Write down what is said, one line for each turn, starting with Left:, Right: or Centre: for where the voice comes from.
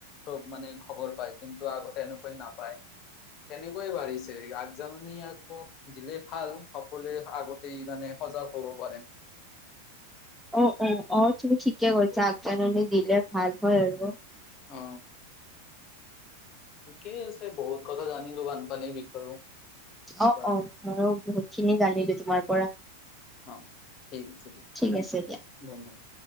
Left: চব মানে খবৰ পায় কিন্তু আগতে এনেকুৱাই নাপায়। তেনেকৈয়ে বাঢ়িছে আগজাননী আকৌ দিলে ভাল সকলোৱে আগতে মানে সজাগ হব পাৰে।
Centre: অ অ অ তুমি ঠিকে কৈছা আগজাননি দিলে ভাল হয় ।আৰু-
Left: অ ঠিকেই আছে বহুত কথা জানিলো বানপানীৰ বিষয়েও
Centre: অ
Left: পৰা
Centre: অ মইয়ো বহুত খিনি জানিলো তোমাৰ পৰা।
Left: অ ঠিক আছে দিয়া
Centre: ঠিক আছে দিয়া।
Left: ধন্যবাদ